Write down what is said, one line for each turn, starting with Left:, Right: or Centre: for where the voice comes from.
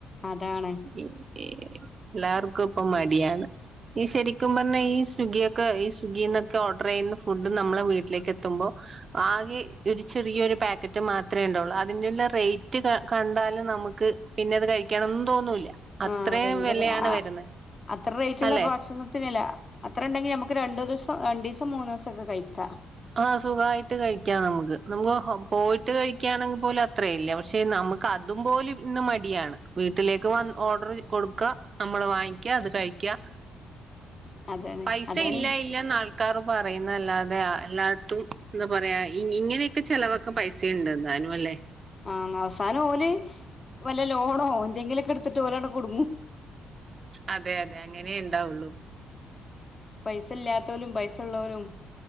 Left: അതാണ്
Right: ഇ ഈ എല്ലാർക്കും ഇപ്പ മടിയാണ് ഇനി ശരിക്കും പറഞ്ഞാ ഈ സ്വിഗിയൊക്കെ ക്കെ ഈ സ്വിഗ്ഗി ന്നൊക്കെ ഓർഡർ ചെയ്യുന്ന ഫുഡ് നമ്മളെ വീട്ടിലേക്ക് എത്തുമ്പോ ആകെ ഒരു ചെറിയൊരു പാക്കറ്റ് മാത്രെ ഉണ്ടാവുള്ളൂ അതിന്റെുള്ള റേറ്റ് കണ്ടാല് നമുക്ക് പിന്നെ അത് കഴിക്കണംന്നും തോന്നൂല്ല അത്രയും
Left: ആഹ ഭയങ്കര
Right: വിലയാണ്
Left: ആ
Right: വരുന്നത്
Left: അത്ര റേറ്റുള്ള
Right: അല്ലെ
Left: ഭക്ഷണത്തിനല്ലാ അത്ര ഉണ്ടെങ്കിൽ നമുക്ക് രണ്ട് ദിവസം രണ്ടീസം മൂന്ന്സൊക്കെ കഴിക്കാം
Right: ആഹ സുഖായിട്ട് കഴിക്കാം നമുക്ക് നമുക്ക് പോയിട്ട് കഴിക്കയാണെങ്കിൽ പോലും അത്രല്ല പക്ഷെ നമുക്ക് അതുംപോലും ഇന്ന് മടിയാണ് വീട്ടിലേക്ക് വ ഓർഡർ കൊടുക്ക നമ്മള് വാങ്ങിക്ക അത് കഴിക്ക
Left: അതാണ്
Right: പൈസ
Left: അതാണ്
Right: ഇല്ല ഇല്ലന്ന് ആൾക്കാർ പറയുന്ന അല്ലാതെ എല്ലാടത്തും എന്താ പറയാ ഇങ്ങനെയൊക്കെ ചെലവക്കെ പൈസുണ്ട് എന്താലും അല്ലേ
Left: ആഹ അവസാനം ഓല് വല്ല ലോണോ എന്തെങ്കിലൊക്കെ ടുത്തിട്ട് ഓലങ്ങട് കുടുങ്ങും
Right: അതെ അതെ അങ്ങനെ ഉണ്ടാവുള്ളു
Left: പൈസ ഇല്ലാത്തോലും പൈസ ഉള്ളവരും